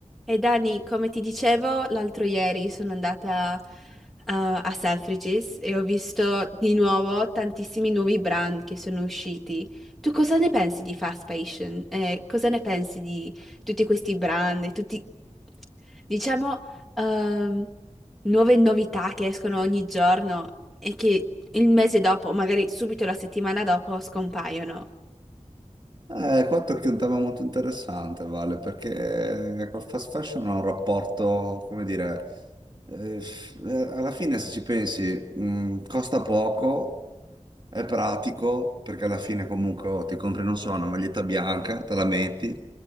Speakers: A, in the centre; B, on the right.
A: E Dani, come ti dicevo, l'altro ieri sono andata eh, a Selfridges e ho visto di nuovo tantissimi nuovi brand che sono usciti. Tu cosa ne pensi di fast fashion? Eh, cosa ne pensi di tutti questi brand e tutti, diciamo, ehm, nuove novità che escono ogni giorno e che il mese dopo, magari subito la settimana dopo, scompaiono?
B: Eh, qua tocchi un tema molto interessante, Vale, perché col fast fashion ho un rapporto, come dire, eh, eh, alla fine se ci pensi, mh, costa poco, è pratico perché alla fine comunque oh, ti compri, non so, una maglietta bianca, te la metti